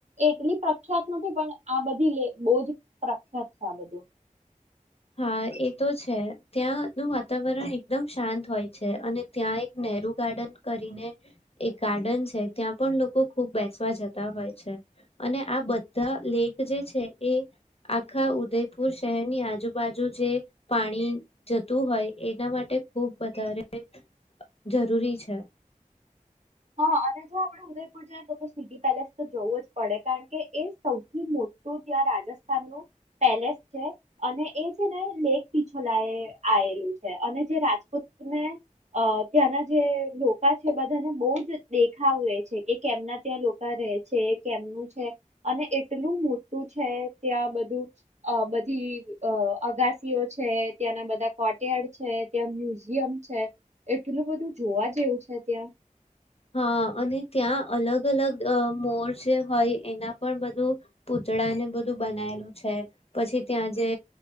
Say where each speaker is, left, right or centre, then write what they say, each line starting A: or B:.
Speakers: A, on the right (about 55°); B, on the left (about 45°).
A: એટલી પ્રખ્યાત નથી પણ આ બધી લેખ બહુ જ પ્રખ્યાત છે આ બધું.
B: હા એ તો છે ત્યાંનું વાતાવરણ એકદમ શાંત હોય છે અને ત્યાં એક નેહરુ ગાર્ડન કરીને, એક ગાર્ડન છે ત્યાં પણ લોકો ખુબ બેસવા જતા હોય છે, અને આ બધા લેક જે છે એ, આખા ઉદયપુર શહેરની આજુુ બાજુ જે પાણી જતું હોય એના માટે ખૂબ વધારે જરૂરી છે.
A: હા અને જો આપડે ઉદયપુર જઈએ તો તો સિટી પેલેસ તો જોવું જ પડે કારણ કે એ સૌથી મોટું ત્યાં રાજસ્થાનનુ પેલેસ છે, અને એ છે ને લેખ પીછોલા આયેલું છે અને જે રાજપૂતને અ ત્યાંના જે લોકા છે બધાને બહ દેખાવે છે એ કેમના ત્યાં લોકા રહે છે, કેમનું છે, અને એટલું મોટું છે, ત્યાં બધું અ બધી અ અગાસીઓ છે, ત્યાંના બધા કોર્ટયાર્ડ છે, ત્યાં મ્યુઝિયમ છે, એટલું બધું જોવા જેવું છે ત્યાં.
B: હા અને ત્યાં અલગ અલગ અ મોર જે હોય એના પણ બધું પૂતળાને બધું બનાયેલું છે, પછી ત્યાં જે